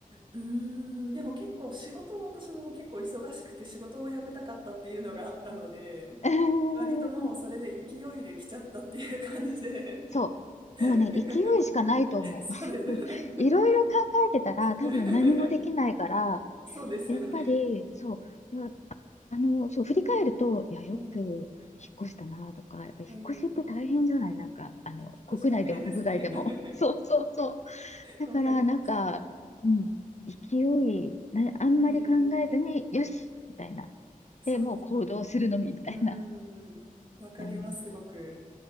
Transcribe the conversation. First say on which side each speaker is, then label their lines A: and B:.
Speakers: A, on the right; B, on the left.
A: うーん、でも結構仕事を私も結構忙しくて仕事を辞めたかったっていうのがあったので、
B: ーん
A: 割ともうそれで勢いで来ちゃったっていう感じで、
B: <laughs> そう、もうね、
A: <laughs>
B: 勢いしかないと思う。
A: そうですよね。
B: <laughs> いろいろ考えてたら、多分何もできないから、
A: <laughs> そうですよね。
B: やっぱり、そう、まああの、そう、振り返ると、いや、よく引っ
A: ええ
B: 越したなとか、やっぱ引っ越しって大変じゃないなんか、
A: ええ
B: あの、
A: 引っ越し大変ですね。
B: 国内でも国外でも。
A: <laughs>
B: <laughs> そうそうそう。だから、
A: わかります。
B: なんか、うん、勢い、な、あんまり考えずに、
A: ええ
B: よしみたいな。
A: そうですよね。
B: で、もう行動するのみ、みたいな。
A: うん。わかります、
B: うん。
A: すごく。